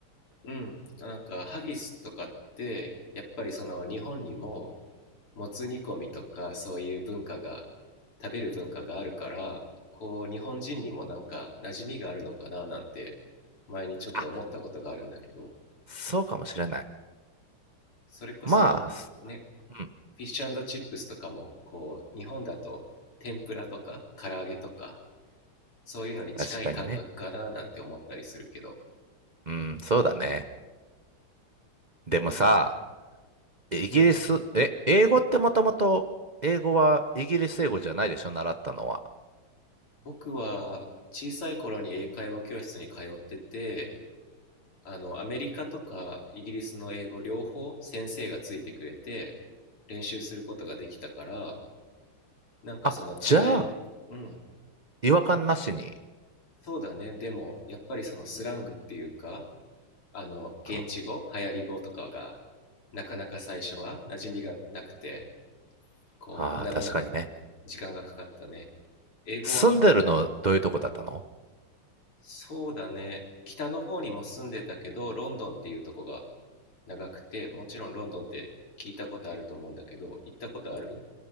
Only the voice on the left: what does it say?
うん。なんかハギスとかってやっぱりその日本にももつ煮込みとかそういう文化が食べる文化があるからこう日本人にもなんか馴染みがあるのかななんて前にちょっと思ったことがあるんだけど
それこそね
フィッシュチップスとかもこう日本だと天ぷらとか唐揚げとかそういうのに近い感覚かななんて思ったりするけど
うん
僕は小さい頃に英会話教室に通っててあのアメリカとかイギリスの英語両方先生がついてくれて練習することができたからなんかその違いうん
そうだねでもやっぱりそのスラングっていうかあの現地語流行り語とかが
なかなか最初は馴染みがなくてこう学ぶのに
時間がかかったね英語は
そうだね北の方にも住んでたけどロンドンっていうとこが長くて、もちろんロンドンって聞いたことあると思うんだけど、行ったことある